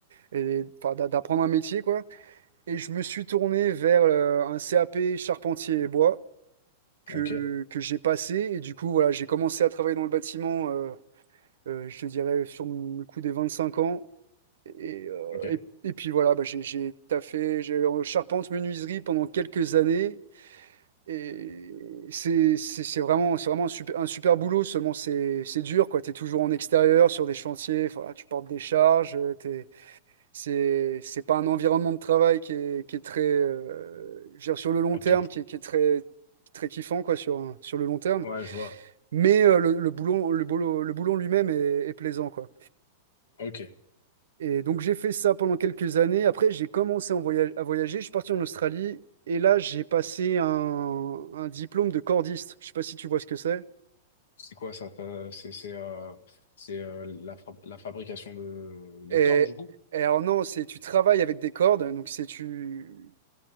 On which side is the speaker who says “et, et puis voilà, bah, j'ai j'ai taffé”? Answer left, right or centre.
Right